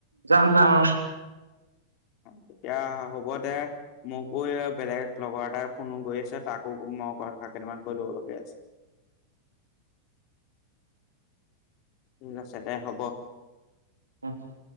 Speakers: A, on the right (about 80°); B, on the left (about 40°).
A: যাম যাম অ।
B: তেতিয়া হ'ব দে মোকো বেলেগ লগৰ এটাই ফোনো কৰি আছে তাকো মই কথা কেইটামান কৈ ল'বলগীয়া আছে।
A: <inaudible>
B: ঠিক আছে দে হ'ব
A: উম উম